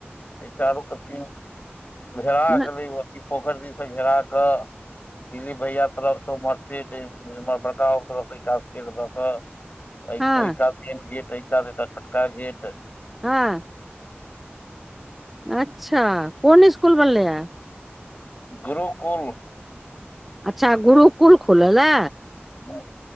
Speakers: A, on the left; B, in the centre.
A: चारू कटी घेरा
B: न-
A: के पोखरि दिस घेरा कऽ दिलीफ भैया तरफ से उमहर से महर बड़का तरफ से इिकास कर द के
B: हँ
A: ओहि कात मेन गेट ओहि कात छोटका गेट
B: हँ अच्छा कोन स्कुल बनलैए
A: गुरुकुल
B: अच्छा गुरुकुल खुलल हे
A: हू